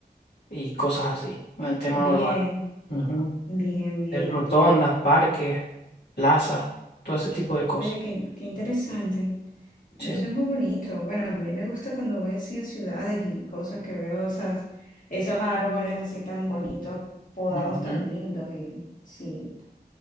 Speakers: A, on the left; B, on the left.
A: y cosas así, en el tema
B: bien,
A: urbano. Ujú.
B: bien, bien.
A: Hacer Rotondas, parques, plazas, todo ese tipo de cosas.
B: Oye, qué, qué interesante.
A: Sí,
B: Y eso es muy bonito. Bueno, a mí me gusta cuando voy así a ciudades y cosas que veo esas, esos árboles así tan bonitos, podados
A: Ujú.
B: tan lindos y sí,